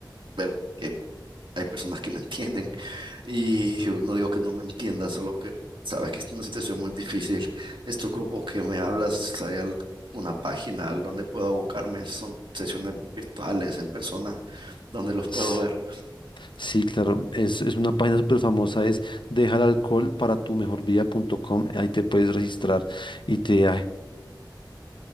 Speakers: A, on the right (about 85°); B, on the left (about 75°).
A: ver que hay personas que me entienden. Y no digo que no me entienda, solo que sabes que es una situación muy difícil. Estos grupos que me hablas, hay alguna página al donde puedo abocarme, son sesiones virtuales, en persona, donde los puedo
B: S-
A: ver.
B: Sí, claro, es, es una página súper famosa, es deja el alcohol para tu mejor vida vida.com, ahí te puedes registrar y te... aj-